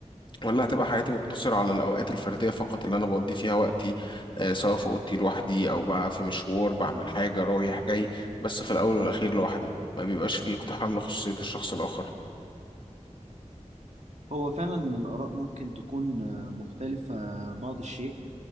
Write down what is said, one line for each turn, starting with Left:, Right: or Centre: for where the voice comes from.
Left: ولا هتبقى حياتي مقتصرة على الأوقات الفردية فقط اللي أنا بقضي فيها وقتي آه، سواء في أوضتي لوحدي أو بقى في مشوار بعمل حاجة رايح جاي بس في الأول والأخير لوحدي ما بيبقاش فيه اقتحام لخصوصية الشخص الآخر
Right: هو فعلا الآراء ممكن تكون آه، مختلفة بعض الشيء